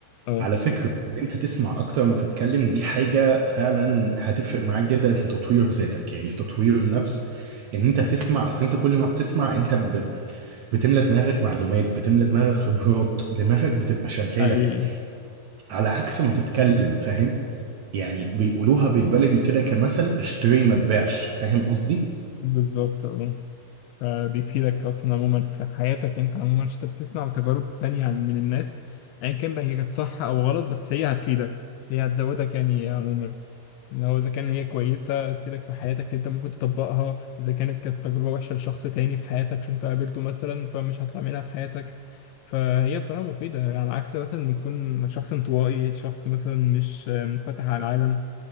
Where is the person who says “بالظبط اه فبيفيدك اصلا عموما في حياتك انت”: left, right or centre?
Left